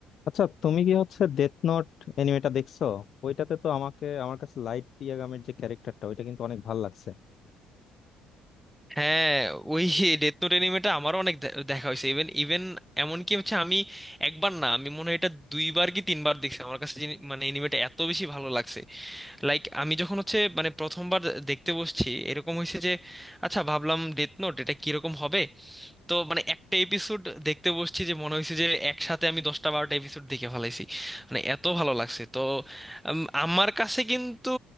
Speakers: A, on the left; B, in the centre.
A: আচ্ছা তুমি কি হচ্ছে ডেথ নোট এনিমেটা দেখছো ওইটাতে তো আমাকে আমার কাছে লাইট ইয়াগামের যে ক্যারেক্টারটা ওইটা কিন্তু অনেক ভালো লাগছে
B: হ্যাঁ ওই Death Note অ্যানিমেটা আমারও অনেক দে- দেখা হয়েছে ইভেন ইভেন এমনকি হচ্ছে আমি একবার না আমি মনে হয় এটা দুইবার কি তিনবার দেখছি আমার কাছে জিনি- মানে অ্যানিমেটা এত বেশি ভালো লাগছে লাইক আমি যখন হচ্ছে মানে প্রথমবার দেখতে বসছি এরকম হয়েছে যে আচ্ছা ভাবলাম ডেথ নোট এটা কিরকম হবে তো মানে একটা এপিসোড দেখতে বসছি যে মনে হয়েছে যে একসাথে আমি দশটা বারোটা এপিসোড দেখে ফেলাইছি মানে এত ভালো লাগছে তো উম, আমার কাছে কিন্তু